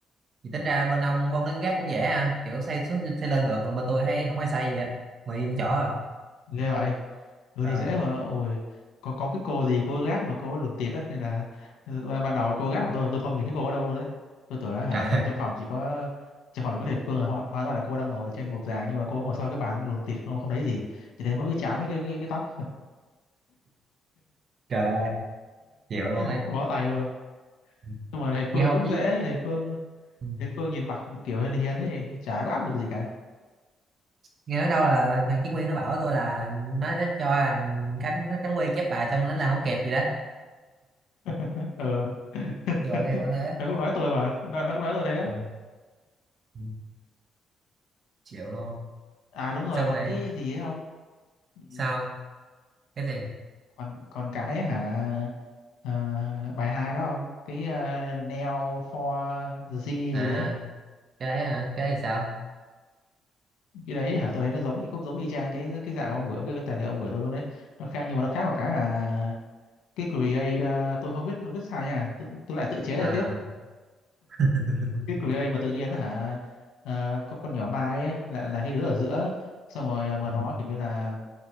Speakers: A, on the right; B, on the left.
A: vậy tính ra bên ông môn đánh gác cũng dễ ha kiểu xây xuống xây lên được còn bên tôi thấy không ai xây gì á mà im chỗ à
B: ghê vậy ừ
A: Ờ.
B: thì dễ mà ôi có có cái cô gì cô gác mà cô lùn tịt á nên là ban ban đầu cô gác mà tôi tôi không nhìn thấy cô ở đâu luôn đấy tôi tưởng là hả
A: trời <laughs> ơi,
B: trong phòng chỉ có trong phòng chỉ có thầy Phương hóa, hóa ra là cô đang ngồi trên bục giảng nhưng mà cô ngồi sau cái bàn lùn tịt không không thấy gì chỉ thấy mỗi cái trán với cái cái, cái tóc
A: trời ơi chịu luôn
B: <laughs>
A: ấy
B: bó tay luôn
A: Ừ.
B: nhưng mà thầy
A: nghe
B: Phương
A: hồi
B: cũng
A: chứ
B: dễ ấy, thầy Phương
A: ừ.
B: thầy Phương nhìn mặt kiểu hiền hiền ấy chả có áp lực gì cả
A: nghe nói đâu là thằng Chí Nguyên nó bảo tôi là nó nó cho thằng Khánh Khánh Quy chép bài xong nó là không kịp gì đó
B: <laughs> ờ <laughs>
A: như vậy như vậy thế
B: nó cũng nói tôi mà nó, nó cũng nói tôi thế á.
A: Ừ, ừ, chịu luôn
B: à đúng rồi
A: xong
B: còn
A: rồi
B: cái gì ấy không
A: sao
B: ừ.
A: cái gì
B: còn còn cái ấy hả à, bài hai đó không cái à, Neo for G
A: à
B: gì đấy
A: cái đấy hả cái đấy sao
B: cái đấy hả tôi thấy nó giống cũng giống y chang cái cái dạng mà ông vừa cái, cái tài liệu ông gửi tôi luôn đấy nó khác nhưng mà nó khác một cái là cái create à, tôi không biết nó viết sao nha tôi, tôi lại tự chế
A: à
B: ra tiếp
A: <laughs>
B: cái create mà tự nhiên á hả ờ, có con nhỏ Mai ấy, là là cái đứa ở giữa xong rồi à, mà
A: ừ,
B: nó kiểu như là